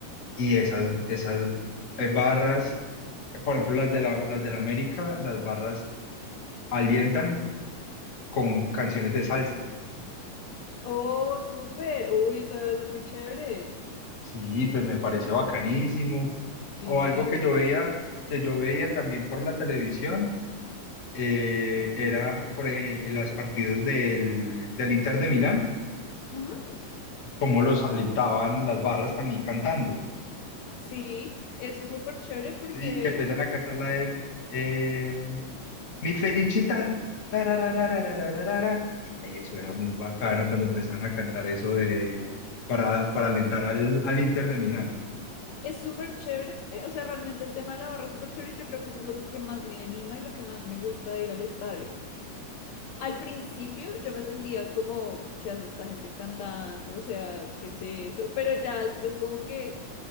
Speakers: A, on the left; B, on the left.
A: y esas, esas eh, barras, por ejemplo, las de la, las de la América, las barras alientan con canciones de salsa.
B: Oh, súper. Uy, eso debe ser muy chévere.
A: Sí, pues me parece bacanísimo.
B: Sí.
A: O algo que yo veía, que yo veía también por la televisión, eh, era por eh, las partidos del, del Inter de Milán,
B: Ujú.
A: cómo los alentaban las barras también cantando.
B: Sí, eso es súper chévere porque
A: Y que empiezan a cantarla de eh, Mi Felicita. tarararararararara. Ay, eso era muy bacano cuando empezaron a cantar eso de para, para alentar al, al Inter de Milán.
B: es súper chévere, o sea, realmente el tema de la barra es súper chévere y yo creo que eso es lo que más me anima y lo que más me gusta de ir al estadio. Al principio yo me sentía como, ¿qué hace esta gente cantando? O sea, ¿qué es eso? Pero ya después como que